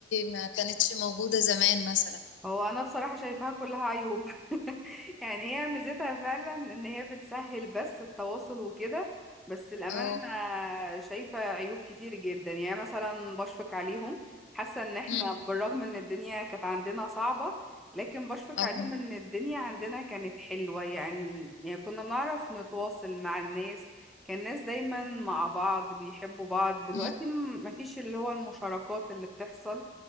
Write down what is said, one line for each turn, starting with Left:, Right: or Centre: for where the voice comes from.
Left: ما كانتش موجودة زمان مثلا
Centre: هو انا بصراحة شايفاها كلها عيوب <laughs> يعني هي ميزتها فعلا ان هي بتسهل بس التواصل وكده بس الامانة
Left: اه
Centre: انا شايفة عيوب كتير جدا يعني مثلا بشفق عليهم حاسة ان احنا
Left: مم.
Centre: بالرغم ان الدنيا كانت عندنا صعبة لكن بشفق
Left: اه
Centre: عليهم ان الدنيا عندنا كانت حلوة يعني يعني كنا بنعرف نتواصل مع الناس كان الناس دايما مع بعض بيحبوا بعض دلوقتي
Left: مم.
Centre: م- مفيش اللي هو المشاركات اللي بتحصل